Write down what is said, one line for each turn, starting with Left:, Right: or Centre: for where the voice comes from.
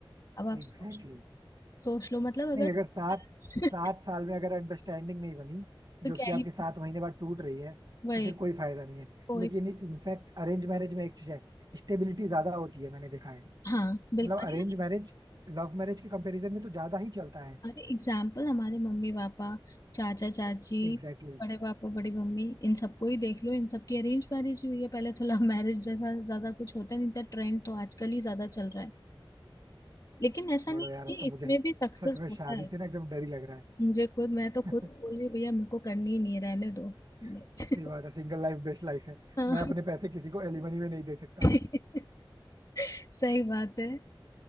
Left: अब आप
Right: Exactly
Left: सोच
Right: exactly.
Left: सोच लो मतलब
Right: नहीं
Left: अगर
Right: अगर सात सात
Left: <laughs>
Right: साल में अगर अंडरस्टैंडिंग नहीं बनी
Left: तो
Right: जो
Left: क्या
Right: कि आपके
Left: ही
Right: सात महीने बाद टूट रही है
Left: वही
Right: तो फिर कोई फायदा नहीं है
Left: कोई
Right: लेकिन इनफैक्ट अरेंज मैरिज में एक चीज है स्टेबिलिटी ज्यादा होती है मैंने देखा है
Left: हाँ
Right: मतलब
Left: बिल्कुल
Right: अरेंज
Left: अरे
Right: मैरिज लव मैरिज के कंपैरिजन में तो ज्यादा ही चलता है
Left: अरे एग्जाम्पल हमारे मम्मी पापा चाचा चाची
Right: Exactly exactly.
Left: बड़े पापा बड़ी मम्मी इन सबको ही देख लो इन सबकी अरेंज मैरिज हुई है पहले तो लव मैरिज जैसा ज्यादा कुछ होता नहीं था ट्रेंड तो आजकल ही ज्यादा चल रहा है लेकिन ऐसा
Right: छोड़ो
Left: नहीं
Right: यार
Left: कि
Right: अब तो
Left: इसमें
Right: मुझे
Left: भी सक्सेस
Right: सच में
Left: होता
Right: शादी
Left: है
Right: से ना एकदम डर ही लग रहा
Left: मुझे खुद मैं तो खुद
Right: है
Left: बोल रही हूँ, भैया मेरे को करनी ही नहीं है, रहने दो <laughs>
Right: <laughs> सही बात है सिंगल लाइफ बेस्ट लाइफ है
Left: हाँ
Right: मैं अपने पैसे किसी को एलिमनी में नहीं दे सकता
Left: <laughs> सही बात है